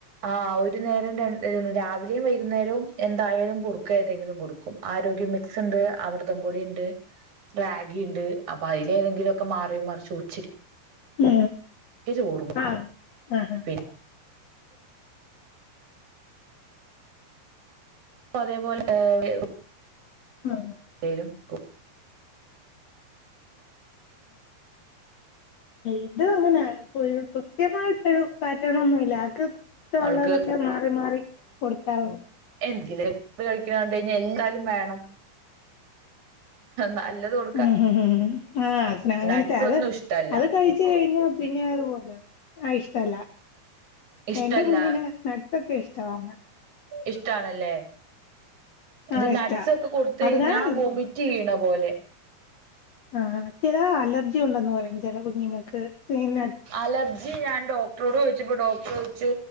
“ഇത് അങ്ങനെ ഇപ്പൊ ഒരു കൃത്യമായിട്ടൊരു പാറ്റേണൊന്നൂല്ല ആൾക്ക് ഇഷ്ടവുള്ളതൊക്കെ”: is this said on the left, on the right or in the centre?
Left